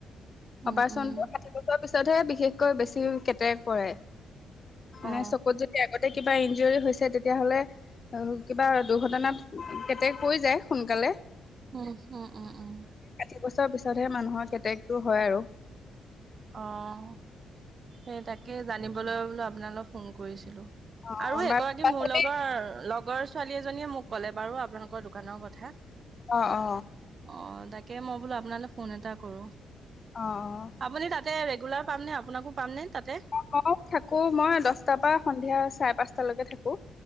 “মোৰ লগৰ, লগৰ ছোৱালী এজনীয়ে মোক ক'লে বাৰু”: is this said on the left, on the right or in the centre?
Right